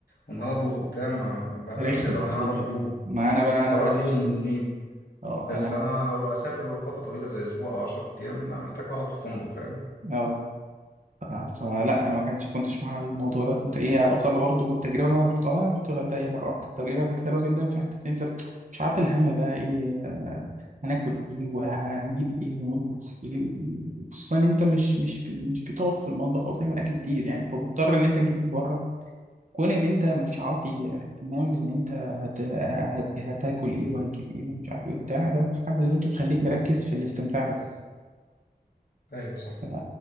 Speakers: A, on the left; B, on the right.
A: وان انا اطبخ وبتاع ما ما بعملهاش
B: رخمة
A: غير لو انا
B: بالظبط
A: اروح يوم
B: ما انا بقى انا
A: لو رايح
B: هذا الشخص
A: يوم يومين
B: اه
A: بس
B: انا
A: انا لو اسافر فتره طويله زي اسبوع او 10 ايام لا محتاج اقعد في فندق فاهم
B: اه ف- فلا انا ما كانش كنتش مع الموضوع ده كنت ايه افضل برضه التجربه اللي انا رحتها انا رحت الغردقه هي مره واحده التجربه كانت حلوه جدا في حته إن انت مش عارف الهم بقى ايه آه، هناكل ايه وهنجيب ايه ونطبخ ايه خصوصا إن انت مش مش مش بتقف في المطبخ او بتعمل اكل كتير يعني فمضطر ان انت تجيب من بره كون ان انت مش عاطي اهتمام لان انت هت... هت... هتاكل ايه وهتجيب ايه ومش عارف ايه وبتاع ده في حد ذاته بيخليك مركز في الاستمتاع بس
A: ايوه صح
B: ف...